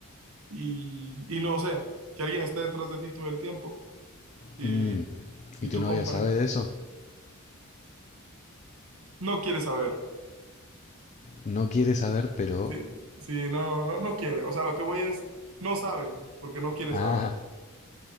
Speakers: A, on the right; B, on the left.
A: y, y no sé, que alguien esté detrás de ti todo el tiempo y,
B: Mm,
A: y
B: ¿Y tu
A: tú
B: novia
A: compares
B: sabe de eso?
A: <laughs> no quiere saber.
B: No quiere saber, pero...
A: Sí, sí, no, no, no quiere. O sea, lo que voy es, no sabe, porque no quiere
B: Ah,
A: saber.